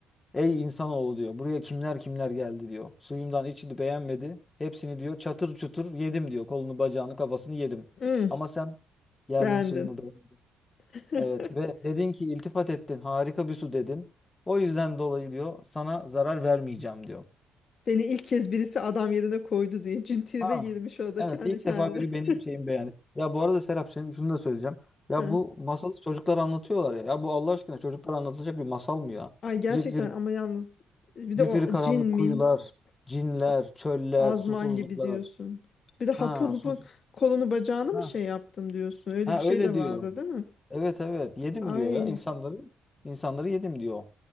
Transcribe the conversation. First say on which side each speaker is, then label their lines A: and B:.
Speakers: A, on the left; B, on the left.
A: Ey insanoğlu diyor. Buraya kimler kimler geldi diyor. Suyumdan içti beğenmedi. Hepsini diyor çatır çutur yedim diyor. Kolunu bacağını kafasını yedim.
B: hmm.
A: Ama sen geldin
B: Beğendin.
A: suyumu beğenmedin.
B: <laughs>
A: Evet ve dedin ki iltifat ettin. Harika bir su dedin. O yüzden dolayı diyor sana zarar vermeyeceğim diyor.
B: Beni ilk kez birisi adam yerine koydu diye cin tribe
A: Ha.
B: girmiş orada
A: Evet
B: kendi
A: ilk
B: kendine.
A: defa biri benim
B: <laughs>
A: şeyimi beğendi. Ya bu arada Serap senin şunu da söyleyeceğim. Ya
B: Hı.
A: bu masalı çocuklar anlatıyorlar ya. Ya bu Allah aşkına çocuklar anlatılacak bir masal mı ya?
B: Ay gerçekten
A: Zifiri,
B: ama yalnız bir de
A: zifiri
B: o
A: karanlık
B: cin min
A: kuyular, cinler,
B: a-
A: çöller,
B: azman
A: susuzluklar.
B: gibi diyorsun. Bir de hapur
A: Ha,
B: hapur
A: sus.
B: kolunu bacağını mı
A: Ha.
B: şey yaptım diyorsun. Öyle
A: Ha
B: bir şey
A: öyle
B: de vardı
A: diyor.
B: değil mi?
A: Evet evet yedim
B: Ay.
A: diyor ya insanları. insanları yedim diyor.